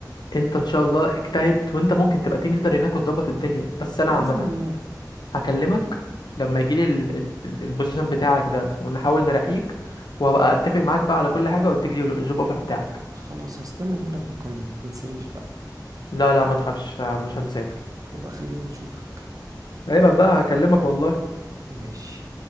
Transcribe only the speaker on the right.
باذن
الله
خلاص هستنى منك مكالمه ما تنسانيش بقى
وب-
وبقى خلينا نشوفك
ماشي